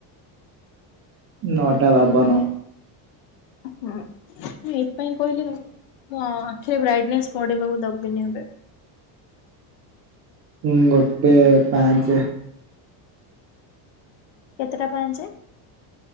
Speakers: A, on the right (about 30°); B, on the left (about 65°).
A: ନଅଟା ବାବନ।
B: ହୁଁ ମୁଁ ଏଇଥିପାଇଁ କହିଲି ମୋ ଆଖିରେ ବ୍ରାଇଟନେସ୍ ପଢିବାକୁ ଦବିନି ଏବେ।
A: ହୁଁ ଗୋଟେ ପାଞ୍ଚେ।
B: କେତେଟା ପାଞ୍ଚେ?